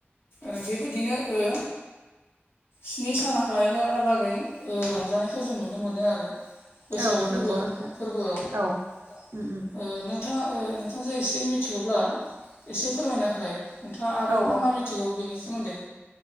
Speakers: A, on the left; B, on the right.
A: ओ बेबायदिनो ओ स्नि सान लायै लागै रंजानायखौ जों नुनो मोनो आरो बैसागो
B: औ
A: फोरबो
B: नंगौ नोंथां
A: फोरबोआव न
B: औ उम उम
A: नोंथाङा नोंथाङां जे एसे मिथिगौब्ला एसे फोरमायना होलाय नोंथाङा आरो
B: औ
A: मा मा मिथिगौ बेनि सोमोन्दै